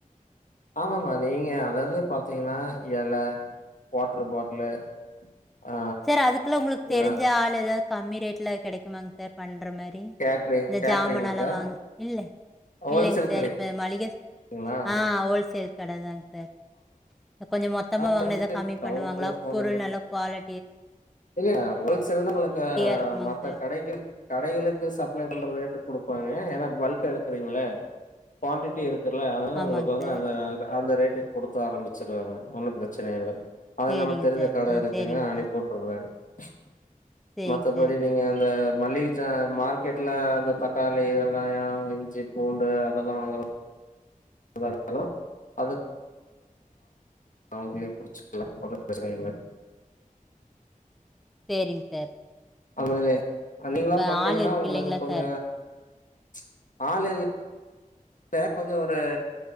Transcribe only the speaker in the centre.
சார் அதுக்லா உங்ளுக்கு
தெரிஞ்ச ஆள் எதாது கம்மி ரேட்ல கெடைக்குமாங் சார் பண் ற மாரி
இந்த
ஜாமானெலா வாங்க இல்ல
இல்லைங் சார் இப்ப மளிக
ஆ, ஹோல்சேல் கட தாங் சார் கொஞ்ச மொத்தமா
வாங்னா எதா கம்மி
பண்ணுவாங்ளா
பொருள் நல்ல குவாலி
இருக்குமாங்க
சார்
ஆமாங்க
சார்
சரிங்க
சார்
ஆ
சரிங்க
சார்
சரிங்க
சார்
சேரிங் சார்
அப்போ
ஆள் இருக்கு
இல்லைங்களா
சார்